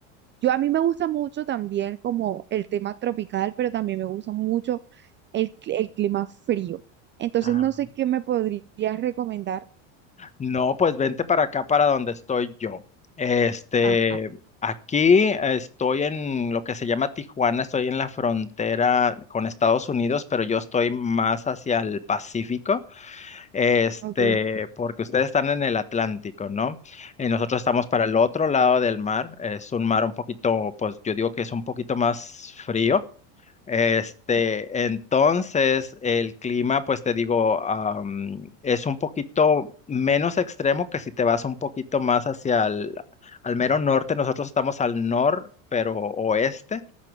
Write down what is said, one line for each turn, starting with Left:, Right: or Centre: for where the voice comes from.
Right: yo a mí me gusta mucho también como el tema tropical, pero también me gusta mucho el, cl- el clima frío. Entonces
Left: Ah.
Right: no sé qué me podrías recomendar.
Left: No, pues vente para acá, para donde estoy yo. Este,
Right: Ajá,
Left: aquí estoy en lo que se llama Tijuana, estoy en la frontera con Estados Unidos, pero yo estoy más hacia el Pacífico, este,
Right: ok.
Left: porque ustedes están en el Atlántico, ¿no? Y nosotros estamos para el otro lado del mar, es un mar un poquito, pues yo digo que es un poquito más frío. Este,
Right: Ok.
Left: entonces el clima, pues te digo, am, es un poquito menos extremo que si te vas un poquito más hacia el, al mero norte. Nosotros estamos al nor, pero oeste.